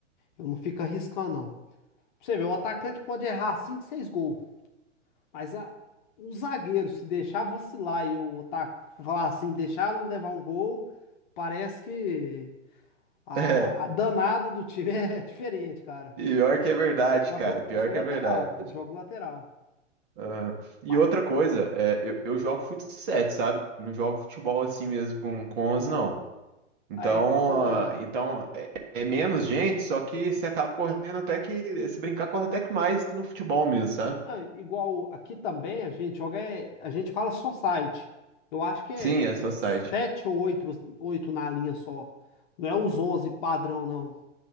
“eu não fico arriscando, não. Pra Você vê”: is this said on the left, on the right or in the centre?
Left